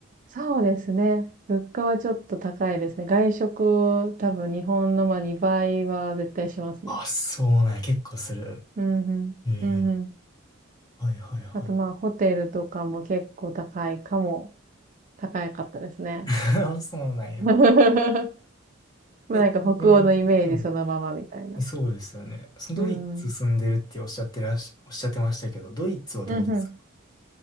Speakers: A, on the right; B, on the left.
A: そうですね。物価はちょっと高いですね。外食、多分日本のまあ2倍は絶対しますね。
B: あ、そうなんや。結構する。
A: うんうん。
B: ええ
A: うんうん。
B: はいはいはい。
A: あとまあホテルとかも結構高いかも。高かったですね。
B: <laughs> あ、そうなんや。
A: <laughs> まあなんか北欧のイメージそのままみたいな。
B: え、ちなみにうん。そうですよね。そのドイツ住んでるっておっしゃってらし、
A: うん。
B: おっしゃってましたけど、ドイツはどうですか
A: うんうん。